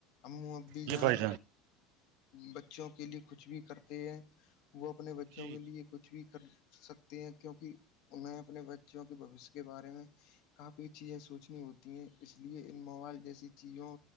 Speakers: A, on the left; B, on the right.
A: امو اببھی جان
B: جی بھائی
A: بچوں کے لیے کچھ بھی کرتے ہیں وہ اپنے بچوں
B: جی
A: کے لیے کچھ بھی کر سکتے ہیں کیونک انہیں اپنے بچوں کے بوشیہ کے بارے میں کافی چیزیں سوچنی ہوتی ہیں اس لیے ان موبائل جیسی چیزوں